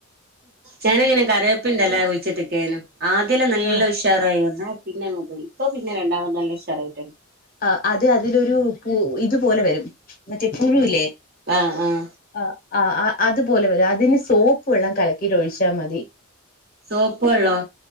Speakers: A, on the right (about 45°); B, on the left (about 40°).
A: ഞാനങ്ങനെ കറിവേപ്പിന്റെല്ല കുഴിച്ചിട്ടെക്കേനു ആദ്യെല്ലാം നല്ല
B: ആ
A: ഉഷ് ഷാറായി വന്നു പിന്നങ്ങ് പോയി ഇപ്പൊ പിന്നെ രണ്ടാമത് നല്ല ഉഷാറായിട്ടോണ്ട്
B: ആഹ് അത് അതിലൊരു പു ഇതുപോലെ വരും മറ്റേ പുഴുവില്ലേ
A: ആഹ് ആഹ്
B: ആഹ് ആഹ് ആഹ് അതുപോലെ വരും അതിന് സോപ്പ് വെള്ളം കലക്കിട്ട് ഒഴിച്ചാമതി
A: സോപ്പ് വെള്ളോ